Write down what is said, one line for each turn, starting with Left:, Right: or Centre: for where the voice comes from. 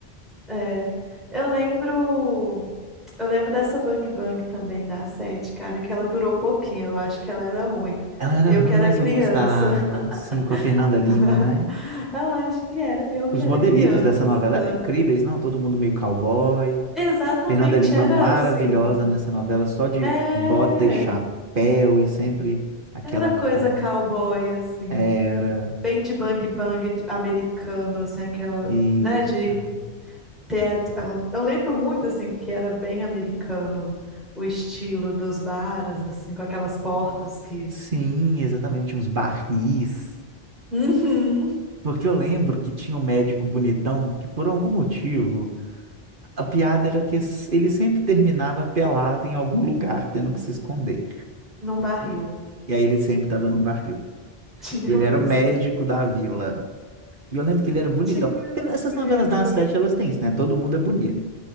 Centre: é. Eu lembro, eu lembro dessa Bang Bang também da sete, cara, que ela durou pouquinho, eu acho que ela era ruim.
Right: Ela era
Centre: Eu
Right: ruim,
Centre: que era
Right: mas
Centre: criança.
Right: eu gostava. Sim, com a Fernanda
Centre: <laughs>
Right: Lima, né?
Centre: Eu acho que era, eu que
Right: Os
Centre: era
Right: modelitos
Centre: criança.
Right: dessa novela eram incríveis, não? Todo mundo meio cowboy.
Centre: Exatamente,
Right: Fernanda Lima
Centre: era
Right: maravilhosa
Centre: assim.
Right: nessa novela, só de
Centre: É,
Right: bota e chapéu e sempre aquela
Centre: era coisa
Right: cor.
Centre: cowboy assim,
Right: Era
Centre: bem de bang bang de- americano assim, aquela,
Right: isso.
Centre: né, de teatro. Eu lembro muito, assim, que era bem americano o estilo dos bares, assim, com aquelas portas que
Right: Sim, exatamente, uns barris.
Centre: Uhum.
Right: Porque eu lembro que tinha um médico bonitão que, por algum motivo, a piada era que s- ele sempre terminava pelado em algum lugar, tendo que se esconder.
Centre: num barril.
Right: E aí ele sempre estava num barril.
Centre: <laughs> Tinha
Right: E ele
Centre: mesmo.
Right: era o médico da vila. E eu lembro que ele era bonitão.
Centre: Tinha
Right: Porque Essas
Centre: mesmo.
Right: novelas das sete, elas têm isso, né? Todo mundo é bonito.